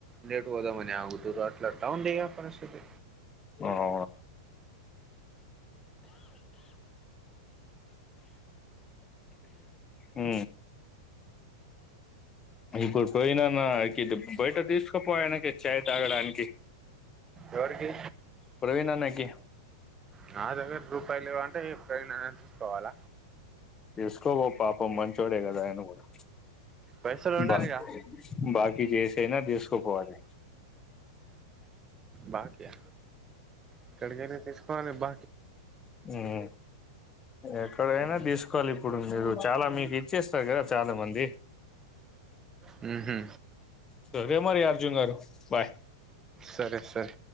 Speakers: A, on the right (about 20°); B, on the left (about 25°).
A: లేట్ హోద మని ఆగుతురు అట్లా డౌన్ ఉంది పరిస్థితి
B: అఓ హు ఇప్పుడు పోయినాన్నది బయట తీసుకుపోయానకి చేయ్ తాగడానికి
A: ఎవరికి
B: ప్రవీణ అన్న కి
A: నా దగ్గర రూపాయలు లేవు అంటేనా పోవాల
B: తీసుకపో పాపం మంచోడేగాద అయన కూడా
A: పైసలు ఉండాలిగా
B: బా బాకీ చేసయినా తీసుకోపోవాలి
A: బాకా అక్కడాడగాలి తీసుకోనే బ
B: హ్మ్ ఎక్కడైనా తీసుకోవాలి ఇప్పుడు మీరు చాలా మీకు ఇచ్చేస్తారు కదా చాలా మంది
A: హు
B: సరే మరి అర్జున్ గారు బాయ్
A: సరే సరే